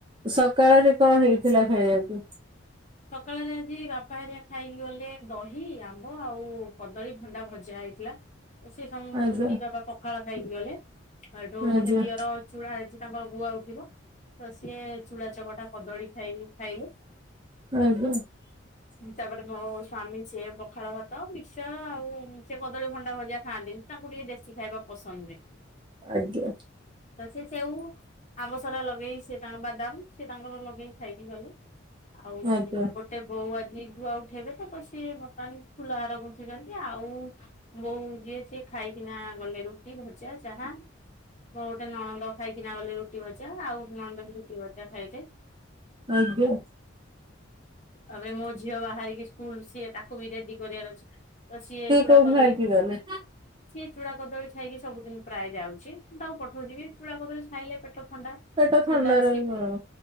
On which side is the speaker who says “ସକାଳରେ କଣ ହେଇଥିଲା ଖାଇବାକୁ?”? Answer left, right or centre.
Right